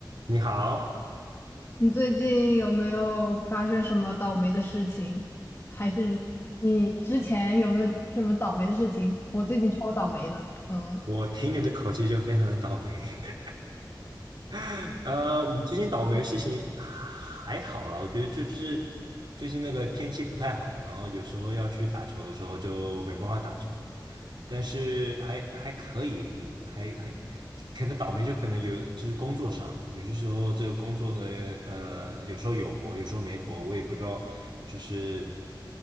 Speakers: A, on the right (about 70°); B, on the left (about 35°).
A: 你好，
B: 你最近有没有发生什么倒霉的事情？还是你之前有没有什么倒霉的事情？我最近超倒霉的，嗯，
A: 我听你的口气就非常的倒霉。<laughs> <laughs> 呃，我最近倒霉的事情还好啦，我觉得就就是最近那个天气不太好，然后有时候要去打球的时候就没办法打球，但是还还可以，嗯，还还可能倒霉就可能有就是工作上，有些时候这个工作呢，呃，有时候有活，有时候没活，我也不知道，就是